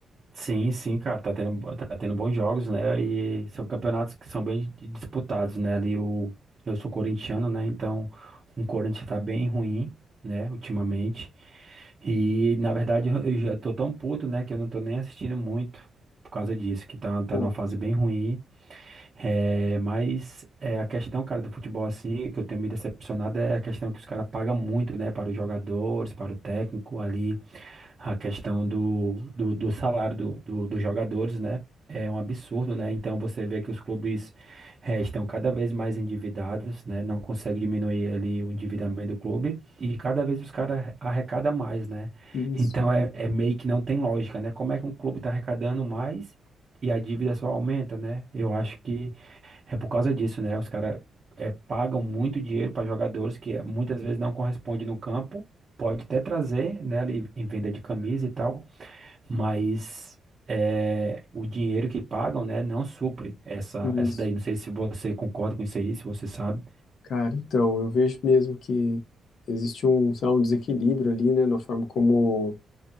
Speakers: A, on the right; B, on the left.
A: Sim, sim, cara, tá tendo, bo- tá tendo bons jogos, né? E são campeonatos que são bem di- disputados, né? Ali o, eu sou corintiano, né? Então o Corinthians tá bem ruim, né? Ultimamente. E na verdade eu eu já tô tão puto, né? Que eu não tô nem assistindo muito por causa disso, que tá, tá
B: Pô,
A: numa fase bem ruim. É, mas é, a questão, cara, do futebol assim, que eu tenho me decepcionado é a questão que os caras pagam muito, né, para os jogadores, para o técnico ali, a questão do, do, do salário do, do- dos jogadores, né, é um absurdo, né, então você vê que os clubes é, estão cada vez mais endividados, né, não consegue diminuir ali o endividamento do clube e cada vez os caras arrecadam mais, né,
B: isso,
A: então é, é meio que não tem lógica, né, como é que um clube está arrecadando mais e a dívida só aumenta, né, eu acho que é por causa disso, né? Os caras pagam muito dinheiro para jogadores que eh, muitas vezes não correspondem no campo. Pode até trazer, né, ali em venda de camisa e tal, mas eh, o dinheiro que pagam, né, não supre essa,
B: isso.
A: essa daí. Não sei se você concorda com isso aí, se você sabe.
B: Cara, então, eu vejo mesmo que existe um, sei lá, um desequilíbrio ali, né, na forma como